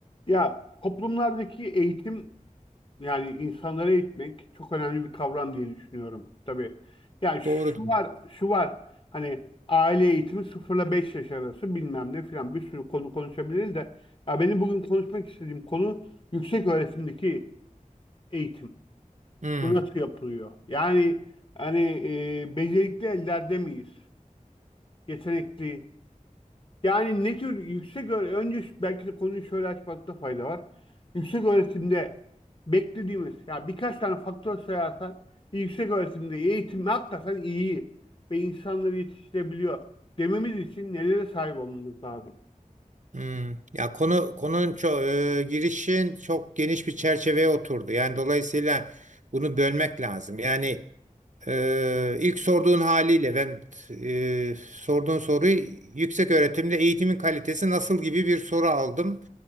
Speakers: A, on the left; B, on the right.
A: Ya toplumlardaki eğitim yani insanları eğitmek çok önemli bir kavram diye düşünüyorum tabii. Ya şu
B: Doğru. diyor.
A: var, şu var. Hani aile eğitimi 0 ile 5 yaş arası bilmem ne filan bir sürü konu konuşabiliriz de ya benim bugün konuşmak istediğim konu yüksek öğretimdeki eğitim.
B: Hmm,
A: Bu nasıl yapılıyor? Yani hani e, becerikli ellerde miyiz? Yetenekli Yani ne tür yüksek öğre- önce şu- belki de konuyu şöyle açmakta fayda var. Yüksek öğretimde beklediğimiz ya birkaç tane faktör sayarsan bir yüksek öğretimde eğitim hakikaten iyi ve insanları yetiştirebiliyor dememiz için nelere sahip olmamız lazım?
B: hmm. Ya konu konunun çok girişin çok geniş bir çerçeveye oturdu. Yani dolayısıyla bunu bölmek lazım. Yani e, ilk sorduğun haliyle ben e, sorduğun soruyu yüksek öğretimde eğitimin kalitesi nasıl gibi bir soru aldım.